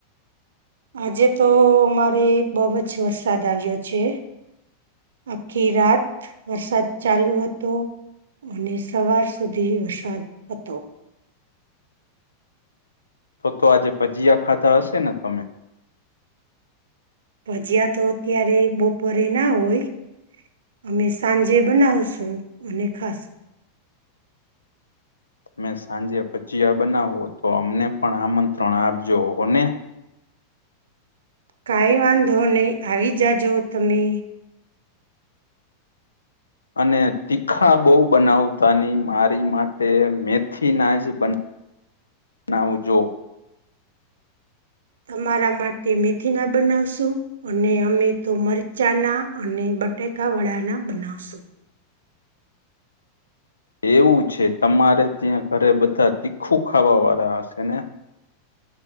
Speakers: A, on the right; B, on the left.
A: આજે તો અમારે બહુ જ વરસાદ આવ્યો છે. આખી રાત વરસાદ ચાલુ હતો. અને સવાર સુધી વરસાદ હતો.
B: તો તો આજે ભજીયા ખાધા હશે ને તમે.
A: ભજીયા તો અત્યારે બપોરે ના હોય. અમે સાંજે બનાવશું અને ખાસ
B: મે સાંજે પચયા બનાવો તો અમને પણ આમંત્રણ આપજો હોને
A: કાંઈ વાંધો નહીં આવી જાજો તમે.
B: અને તીખા બહુ બનાવતાની મારી માટે મેથી ના જ બ નાવજો.
A: તમારા માટે મેથીના બનાવશું. અને અમે તો મરચાંના અને બટાકા વડાાના બનાવશું
B: એવું છે તમારે ત્યાં ઘરે બધા તીખું ખાવા વાળા હશે ને